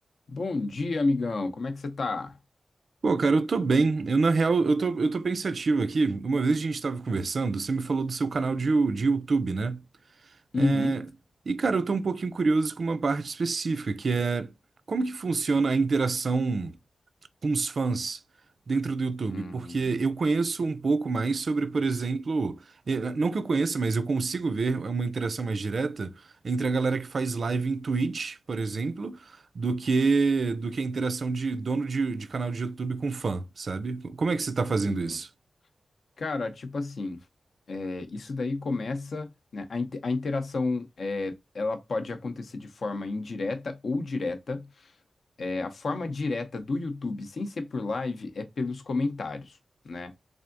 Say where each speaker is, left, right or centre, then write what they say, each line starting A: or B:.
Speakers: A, on the left; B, on the right.
A: Bom dia, amigão. Como é que você tá?
B: Pô, cara, eu tô bem. Eu, na real, eu tô, eu tô pensativo aqui. Uma vez a gente tava conversando, você me falou do seu canal de, Yo- de YouTube, né? É,
A: Uhum.
B: E, cara, eu tô um pouquinho curioso com uma parte específica, que é como que funciona a interação com os fãs dentro do YouTube,
A: Hum,
B: porque eu conheço um pouco mais sobre, por exemplo, eh, não que eu conheça, mas eu consigo ver uma interação mais direta entre a galera que faz live em Twitch, por exemplo, do que do que a interação de dono de, de canal de YouTube com fã, sabe? Como é que você tá fazendo
A: entendi.
B: isso?
A: Cara, tipo assim, é, isso daí começa, né? A, inte- a interação, é, ela pode acontecer de forma indireta ou direta. É, a forma direta do YouTube, sem ser por live, é pelos comentários, né?